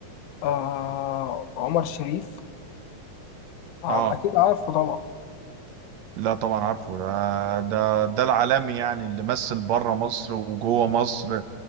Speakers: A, on the left; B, on the right.
A: آه عمر شريف عار-
B: اه اه
A: أكيد عارفه طبعا
B: لا طبعا عارفه ده ده ده العالمي يعني اللي مثل بره مصر وجوه مصر